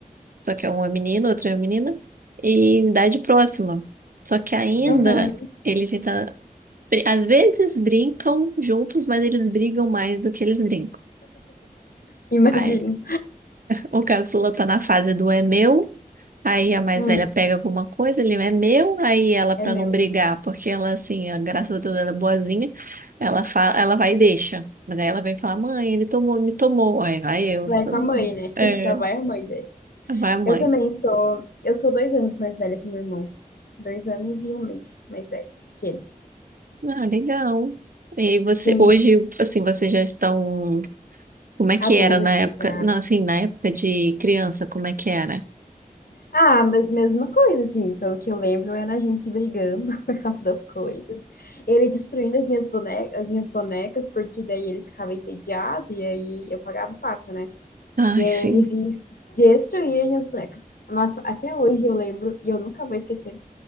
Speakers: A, on the right; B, on the left.
A: só que um é menino, outro é menina, e em idade próxima. Só que ainda
B: Uhum.
A: eles ainda, br- às vezes brincam juntos, mas eles brigam mais do que eles brincam.
B: Imagino.
A: Ai, o caçula tá na fase do é meu Aí a mais
B: Hum,
A: velha pega alguma coisa, ele é meu, aí ela,
B: é
A: pra
B: meu.
A: não brigar, porque ela, assim, a- graças a Deus, ela é boazinha, ela fala, ela vai e deixa. Mas aí ela vem falar, mãe, ele tomou, me tomou. Aí vai eu,
B: Vai com a mãe, né?
A: é,
B: <laughs> Lá vai a mãe daí.
A: vai a mãe.
B: Eu também sou. Eu sou dois anos mais velha que o meu irmão. Dois anos e um mês mais velho que ele.
A: Ah, legal. E aí você,
B: Sim,
A: hoje, assim, vocês já estão, como é que
B: adultos
A: era na época?
B: já.
A: Não, assim, na época de criança, como é que era?
B: Ah, me- mesma coisa, assim, pelo que eu lembro, era a gente brigando <laughs> por causa das coisas. Ele destruindo as minhas bonecas, as minhas bonecas, porque daí ele ficava entediado e aí eu pagava o pato, né?
A: Ai,
B: E aí
A: sim.
B: ele vinha destruir as minhas bonecas. Nossa, até hoje eu lembro, e eu nunca vou esquecer,